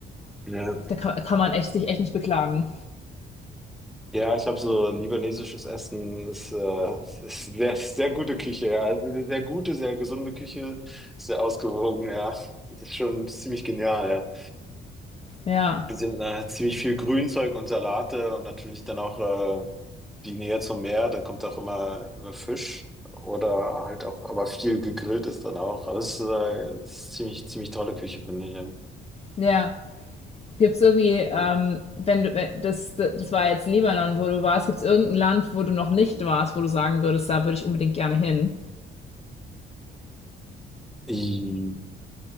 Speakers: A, in the centre; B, on the left.
A: Ja,
B: Da kann, kann man echt, sich echt nicht beklagen.
A: ja, ich habe so libanesisches Essen, ist, äh, ist sehr, sehr gute Küche, ja. Also eine sehr gute, sehr gesunde Küche, sehr ausgewogen, ja. Das ist schon ziemlich genial, ja.
B: Ja,
A: sind äh, ziemlich viel Grünzeug und Salate und natürlich dann auch äh, die Nähe zum Meer, dann kommt auch immer, immer Fisch oder halt auch, aber viel gegrillt ist dann auch. Also es ist, äh, es ist ziemlich, ziemlich tolle Küche, finde ich. Ja.
B: ja. Gibt es irgendwie, ähm,
A: Ja.
B: wenn du, wenn, das, das war jetzt Libanon, wo du warst, gibt es irgendein Land, wo du noch nicht warst, wo du sagen würdest, da würde ich unbedingt gerne hin?
A: I-